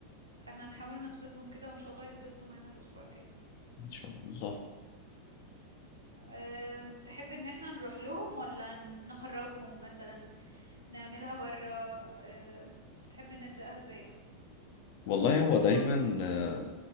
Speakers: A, on the right; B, on the left.
A: فاحنا نحاول نبسطهم كده وان شاء الله يتبسطوا معانا الاسبوع الجاي
B: ان شاء الله
A: آم، تحب ان احنا نروح لهم ولا ن- نخرجهم مثلا نعملها برا آه، تحب نبدأها ازاي
B: والله هو دايما آه،